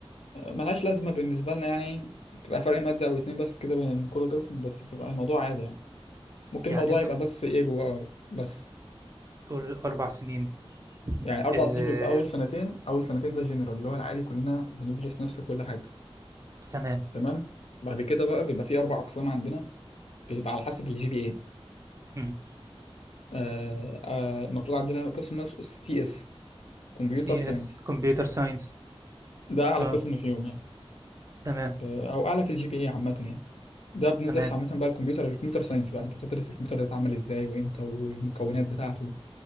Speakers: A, on the left; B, on the right.
A: آه، ملهاش لازمة بالنسبة لنا يعني بتبقى فرق مادة أو اتنين بس كده بين كل قسم بس بتبقى الموضوع عادي يعني ممكن
B: يعني
A: الموضوع
B: انت
A: يبقى بس إيجو آه، بس
B: طول اربع سنين
A: يعني اربع
B: آه
A: سنين بيبقى اول سنتين اول سنتين ده جنرال اللي هو العادي كلنا بندرس نفس كل حاجه
B: تمام
A: تمام بعد كده بقى بيبقى في اربع اقسام عندنا بيبقى على حسب الجي بي اي
B: امم
A: آه آه المفروض عندنا قسم اسمه سي اس كمبيوتر
B: سي
A: ساينس
B: اس كمبيوتر ساينس
A: ده اعلى
B: اه
A: قسم فيهم يعني
B: تمام
A: آه، او اعلى في الجي بي اي عامه يعني ده بندرس
B: تمام
A: عامه بقى الكمبيوتر الكمبيوتر ساينس بقى انت بتدرس الكمبيوتر ده اتعمل ازاي وامتى والمكونات بتاعته